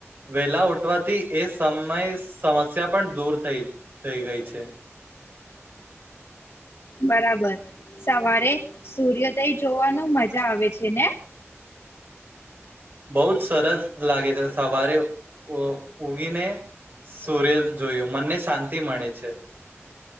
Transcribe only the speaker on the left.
બરાબર, સવારે સૂર્યોદય જોવાનું મજા આવે છે ને?